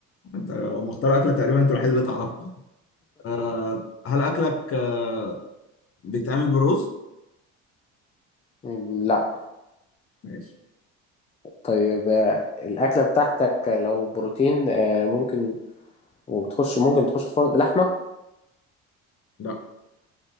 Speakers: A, on the left (about 45°); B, on the left (about 20°).
A: انت لو مختار اكله تقريبا انت الوحيد اللي تعرفها آه هل اكلك آه، بيتعمل بالرز
B: م- <laughs> لا
A: ماشي
B: طيب آه الاكلة بتاعتك لو بروتين آه ممكن وبتخش ممكن تخش الفرن لحمة
A: لا